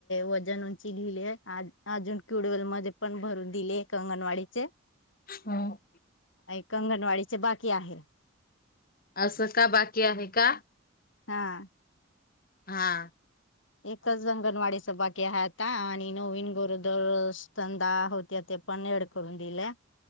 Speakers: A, on the left; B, on the left.
A: वजन उंची लिहिले अजून क्युडल मध्ये पण भर दिले. अंगणवाडीचे
B: हो.
A: अंगणवाडीचे बाकी आहे.
B: असं का बाकी आहे का
A: हा
B: हा.
A: एकच अंगणवाडीचं बा ते हा ता आणि नवीन गोरदर स्तनदा होत्या त्या पण ऐड करून दिल्या.